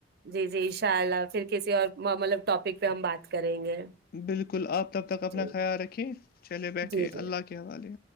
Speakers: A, on the right; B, on the left.
A: جی جی ان شاء اللہ پھر کسی اور مطلب ٹاپک پہ ہم بات کریں گے
B: بالکل آپ تب تک اپنا
A: جی
B: خیال رکھیں چلے بیٹھے
A: جی جی
B: اللہ کے حوالے